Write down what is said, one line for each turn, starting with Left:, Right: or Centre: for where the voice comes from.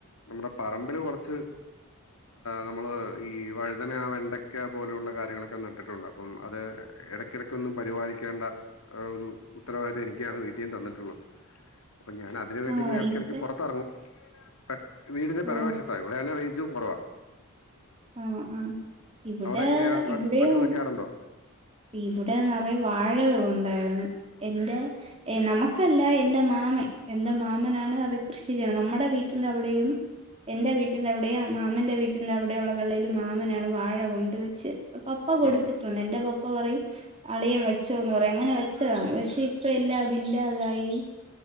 Left: നമ്മുടെ പറമ്പിൽ കുറച്ച് നമ്മള് ഈ വഴുതന വെണ്ടയ്ക്ക പോലെയുള്ള കാര്യങ്ങളൊക്കെ നട്ടിട്ടുണ്ട് അപ്പം അത് ഇടക്കിടക്കൊന്നും പരിപാലിക്കേണ്ട ഒരു ഉത്തരവാദിത്തം എനി ക്കാണ് വീട്ടീന്ന് തന്നിട്ടുള്ളത് അപ്പൊ ഞാൻ അതിന് വേണ്ടി
Right: ആ
Left: ഇങ്ങനെ ഇടക്കിടക്ക്
Right: ഇവിടെ
Left: പുറത്തിറങ്ങും <unintelligible> വീടിന്റെ
Right: ഓ
Left: പിറക് വശത്തായി ഇവിടെ നല്ല വെയിൽ <unintelligible> കുറവാ
Right: ആ ആ ഇവിടെ
Left: അവിടെ എങ്ങനെയാ
Right: ഇവിടെം
Left: വല്ലതും വെക്കാറുണ്ടോ
Right: ഇവിടെ നിറയ വാ വാഴകളുണ്ടായിരുന്നു എൻ്റെ നമുക്കല്ല എന്റെ മാമൻ എന്റെ മാമനാണ് അത് കൃഷി ചെയ്യണെ നമ്മടെ വീട്ടിന്റെ അവിടെയും എൻറെ വീട്ടിന്റെ അവിടെയും മാമന്റ വീട്ടിന്റെ അവി ടെയുള്ള വെളയില് മാമനാണ് വാഴ കൊണ്ട് വെച്ച് പപ്പ കൊടുത്തിട്ടുണ്ട്
Left: ആഹ്
Right: എന്റെ പ പ്പ പറയും അളിയൻ വെച്ചോ എന്ന് പറയും അങ്ങനെ വെച്ചതാണ് പക്ഷേ ഇപ്പ എല്ലാം അത് ഇല്ലാതായി ഈ